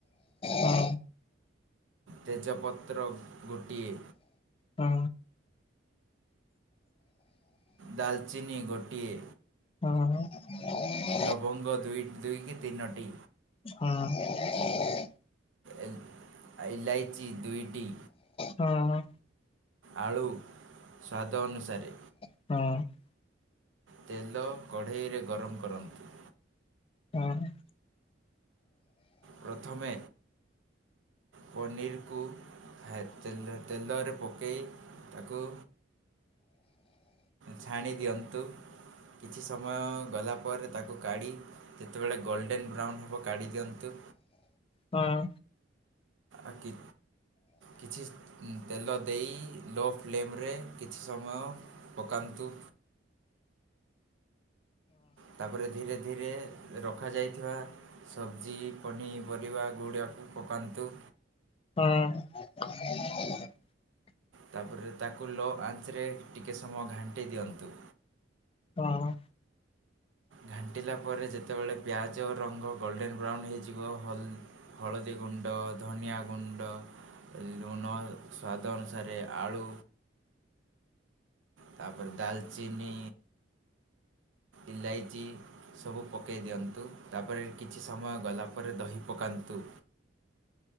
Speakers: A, on the left; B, on the right.
A: ହୁଁ ହୁଁ
B: ତେଜପତ୍ର ଗୋଟିଏ।
A: ହଁ।
B: ଡାଲଚିନି ଗୋଟିଏ।
A: ହଁ ହଁ ହଁ।
B: ଲବଙ୍ଗ ଦୁଇ ଦୁଇ କି ତିନୋଟି।
A: ହଁ।
B: ଏ ଆଲାୟଚି ଦୁଇଟି।
A: ହଁ।
B: ଆଳୁ ସ୍ୱାଦ ଅନୁସାରେ।
A: ହଁ।
B: ତେଲ କଢ଼େଇରେ ଗରମ କରନ୍ତୁ।
A: ହଁ।
B: ପ୍ରଥମେ ପନିରକୁ ହେ ତେଲ ତେଲରେ ପକାଇ ତାକୁ ଛାଣି ଦିଅନ୍ତୁ କିଛି ସମୟ ଗଲା ପରେ ତାକୁ କାଢ଼ି ଯେତେବେଳେ ଗୋଲ୍ଡେନ୍ ବ୍ରାଉନ୍ ହେବ କାଢ଼ି ଦିଅନ୍ତୁ।
A: ହଁ।
B: ଆଗି କିଛି ତେଲ ଦେଇ ଲୋ ଫ୍ଲେମ୍ରେ କିଛି ସମୟ ପକାନ୍ତୁ। ତାପରେ ଧୀରେ ଧୀରେ ରଖାଯାଇଥିବା ସବ୍ଜି ପନିପରିବା ଗୁଡ଼ାକୁ ପକାନ୍ତୁ।
A: ହଁ। <inaudible>
B: ତାପରେ ତାକୁ ଲୋ ଆଞ୍ଚରେ ଟିକେ ସମୟ ଘାଣ୍ଟି ଦିଅନ୍ତୁ।
A: ହଁ।
B: ଘାଣ୍ଟିଲା ପରେ ଯେତେବେଳେ ପିଆଜ ରଙ୍ଗ ଗୋଲ୍ଡେନ୍ ବ୍ରାଉନ୍ ହେଇଯିବ ହଲ ହଳଦୀ ଗୁଣ୍ଡ ଧନିଆ ଗୁଣ୍ଡ ଲୁଣ ସ୍ୱାଦ ଅନୁସାରେ ଆଳୁ ତାପରେ ଦାଲଚିନି ଇଲାଇଚି ସବୁ ପକାଇ ଦିଅନ୍ତୁ ତାପରେ କିଛି ସମୟ ଗଲା ପରେ ଦହି ପକାନ୍ତୁ।